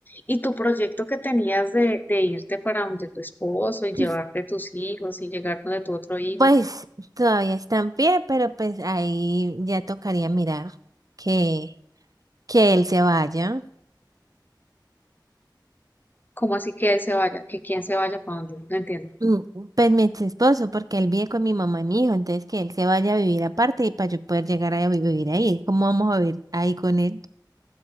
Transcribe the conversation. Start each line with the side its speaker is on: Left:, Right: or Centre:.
Left: y tu proyecto que tenías de, de irte para donde tu esposo y llevarte
Right: <clears throat>
Left: tus hijos y llegar donde tu otro hijo?
Right: Pues todavía está en pie, pero pues ahí ya tocaría mirar que, que él se vaya.
Left: ¿Cómo así que él se vaya? ¿Que quién se vaya para donde? No entiendo.
Right: Mm, Pues mi ex esposo, porque él vive con mi mamá y mi hijo, entonces que él se vaya a vivir aparte y para yo poder llegar a vi- vivir ahí. ¿Cómo vamos a vivir ahí con él?